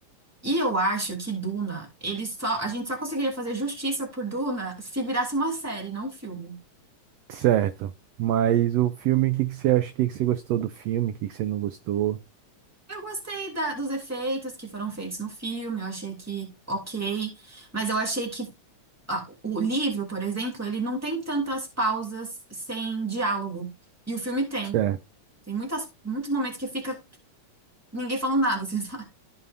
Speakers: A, in the centre; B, on the right.
A: E eu acho que Duna, ele só, a gente só conseguiria fazer justiça por Duna se virasse uma série, não um filme.
B: Certo. Mas o filme, o que que você acha? O que que você gostou do filme? O que que você não gostou?
A: Eu gostei da- dos efeitos que foram feitos no filme, eu achei que ok, mas eu achei que ah, o livro, por exemplo, ele não tem tantas pausas sem diálogo. E o filme tem.
B: Certo.
A: Tem muitas, muitos momentos que fica ninguém falando nada, <laughs> assim, sabe?